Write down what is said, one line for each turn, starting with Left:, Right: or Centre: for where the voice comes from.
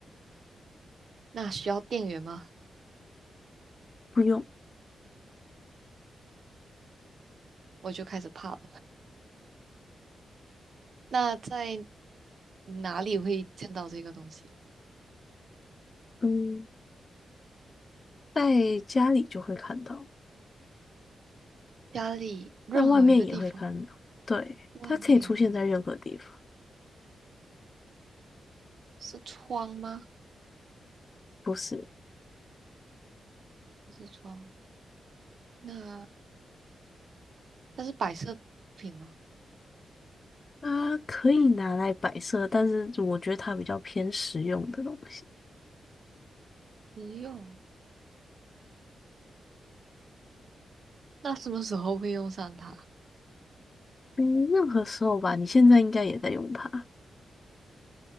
Right: 那需要电源吗？
Left: 不用，
Right: 我就开始怕了。那在哪里会见到这个东西？
Left: 嗯，在家里就会看到，
Right: 家里任何一个地方，
Left: 但外面也会看到。对，
Right: 外面也会看。
Left: 它可以出现在任何地方，
Right: 是窗吗？
Left: 不是，
Right: 不是窗。那它是摆设品吗？
Left: 它可以拿来摆设，但是我觉得它比较偏实用的东西。
Right: 实用。那什么时候会用上它？
Left: 嗯，任何时候吧，你现在应该也在用它，